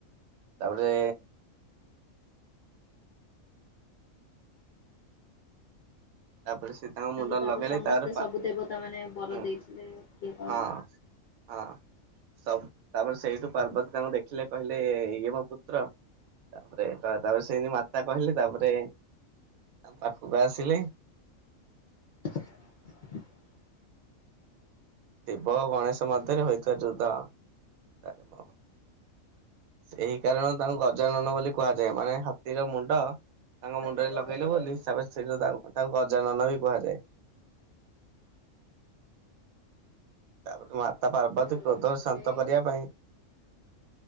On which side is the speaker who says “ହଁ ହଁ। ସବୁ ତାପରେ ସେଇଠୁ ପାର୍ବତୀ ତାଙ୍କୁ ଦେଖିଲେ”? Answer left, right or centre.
Right